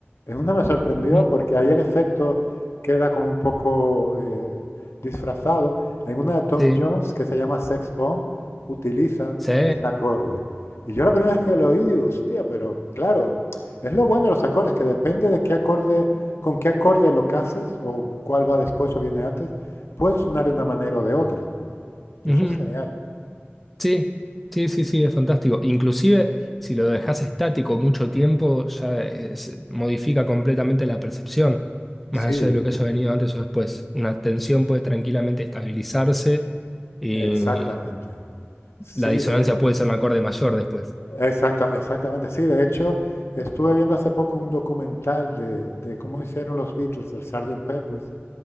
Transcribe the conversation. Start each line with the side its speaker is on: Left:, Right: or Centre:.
Left: en una me sorprendió
Centre: ujú.
Left: porque ahí el efecto queda como un poco eh, disfrazado. En una de Tom
Centre: Sí,
Left: Jones que se llama Sex Bomb, utilizan
Centre: sí,
Left: ese acorde. Y yo la primera vez que lo oí, digo, hostia, pero claro, es lo bueno de los acordes, que depende de qué acorde, con qué acorde lo cases, o cuál va después o viene antes, puede sonar de una manera o de otra.
Centre: ujú,
Left: Eso es genial.
Centre: Sí, sí, sí, sí, es fantástico. Inclusive, si lo dejas estático mucho tiempo, ya es- modifica completamente la percepción, más
Left: Sí,
Centre: allá de lo que haya venido antes o después. Una tensión puede tranquilamente estabilizarse y
Left: exactamente. Sí,
Centre: la disonancia
Left: de,
Centre: puede ser un acorde mayor después.
Left: exacta, exactamente. Sí, de hecho, estuve viendo hace poco un documental de, de cómo hicieron los Beatles, el Sgt. Peppers,